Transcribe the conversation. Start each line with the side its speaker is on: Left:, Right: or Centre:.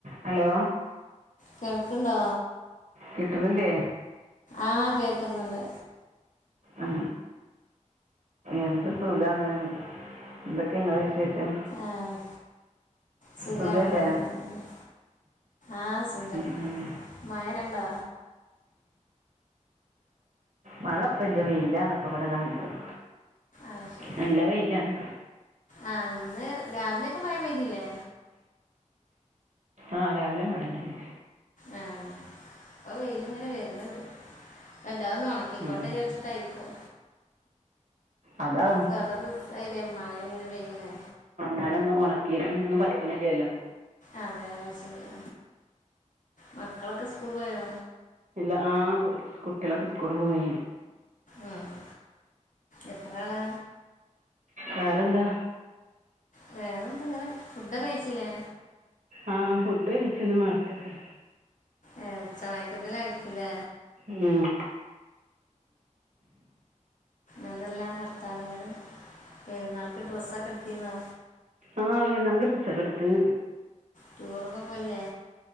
Right: Hello
Left: കേൾക്ക്‌ണ്ടോ
Right: കിട്ട്ണ്ല്ലേ
Left: ആഹ്‌ കേക്കുന്നുണ്ട്
Right: ഉ എന്ത് സുഖാണ്. എന്തൊക്കെ ങ്ങളെ വിശേഷം
Left: ആഹ്‌ സുഖാണ്
Right: സുഖല്ലേ
Left: <unintelligible> ആഹ് സുഖാണ്
Right: ഉം, ഉം.
Left: മയ കണ്ടാ
Right: മഴപ്പല്യ വെയിലാണ് ഇപ്പൊ ഇവിടെ കാണിക്കത്
Left: ആ ശെ-
Right: നല്ല വെയിലാണ്
Left: ആഹ്‌ ന്ന് രാവിലൊക്കെ മഴപെയ്തില്ലേ
Right: ആഹ്‌ രാവിലെ മഴണ്ടായിനി
Left: ആഹ്‌ പ്പൊ വെയില്ങ്ങനെ വെര്ന്ണ്ട് അല്ലാത് ന്ന് ഉണക്കിക്കോട്ടെ
Right: ഉം.
Left: വിചാരിച്ചിട്ടായിര്ക്കും
Right: അതാവും
Left: കൊറേ ദിവസായിലേ മഴങ്ങനെ പെയ്യ്ണേ
Right: ഞാനൊന്നും ഉണക്കിട്ട്ന്നും പറ്റണില്ലല്ലോ
Left: അതെ അയ്ശരി മക്കളൊക്കെ സ്കൂൾ പോയോ
Right: ഇല്ല ആഹ്‌ പോയി കുട്ട്യളൊക്കെ സ്കൂൾ പോയി
Left: ആഹ് എത്രാളാ
Right: വേറെന്താ
Left: വേറെ എന്തെ ഇങ്ങനെ ഫുഡ കഴിച്ചില്ലേ
Right: ആഹ് ഫുഡ് കഴിച്ചൊന്ന് മാറ്റത്തില
Left: ഏഹ് ഉച്ചമയക്കത്തിലായിക്കും അല്ലേ
Right: ഉം
Left: എന്തെല്ലാ വർത്താനങ്ങള് പെരുന്നാൾക്ക് ഡ്രസ്സൊക്കെ എടുത്തിന്നോ
Right: ആഹ് പെരുന്നാക്ക് ഡ്രസ്സൊക്കെ എടുത്തിനി
Left: ടൂറൊക്കെ പോയില്ലേ?